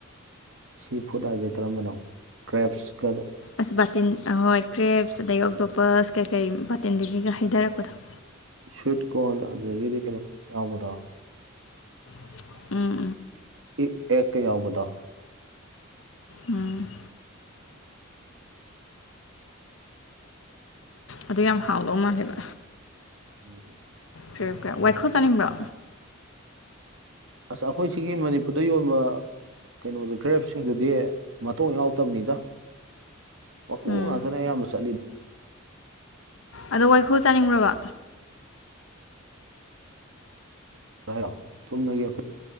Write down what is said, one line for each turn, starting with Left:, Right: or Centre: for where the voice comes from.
Right: ꯁꯤ ꯐꯨꯠ ꯍꯥꯏꯁꯦ ꯀꯔꯝꯕꯅꯣ ꯀ꯭ꯔꯦꯞꯁꯀꯗ
Left: ꯑꯁ ꯕꯥꯇꯤꯟ ꯍꯣꯏ ꯀ꯭ꯔꯦꯞꯁ ꯑꯗꯒꯤ ꯑꯣꯛꯇꯣꯞꯄꯁ ꯀꯩꯀꯩ ꯕꯥꯇꯤꯟꯗꯒꯤꯒ ꯍꯩꯊꯔꯛꯄꯗꯣ
Right: ꯁꯋꯤꯠ ꯀꯣꯟ ꯑꯗꯨꯗꯒꯤꯗꯤ ꯀꯩꯅꯣ ꯌꯥꯎꯕꯗꯣ
Left: <unintelligible>
Right: ꯏ ꯑꯦ ꯀ ꯌꯥꯎꯕꯗꯥ
Left: ꯎꯝ ꯑꯗꯨ ꯌꯥꯝ ꯍꯥꯎꯗꯧ ꯃꯥꯜꯂꯦꯕ
Right: ꯎꯝ
Left: ꯀ꯭ꯔꯦ ꯀꯦ ꯋꯥꯏꯈꯣ ꯆꯥꯅꯤꯡꯕ꯭ꯔꯣ
Right: ꯑꯁ ꯑꯩꯈꯣꯏ ꯁꯤꯒꯤ ꯃꯅꯤꯄꯨꯔꯗ ꯌꯣꯟꯕ ꯀꯩꯅꯣꯗ ꯀꯔꯦꯞꯁꯤꯡꯗꯨꯗꯤ ꯃꯇꯣꯡ ꯌꯥꯎꯗꯕꯅꯤꯗ ꯃꯀꯣꯛ
Left: ꯎꯝ
Right: ꯉꯥꯛꯇꯅ ꯑꯌꯥꯝꯕ ꯆꯠꯂꯤ
Left: ꯑꯗꯣ ꯋꯥꯏꯈꯨ ꯆꯥꯅꯤꯡꯕ꯭ꯔꯕ
Right: ꯍꯥꯏꯔ ꯆꯨꯝꯅꯒꯣ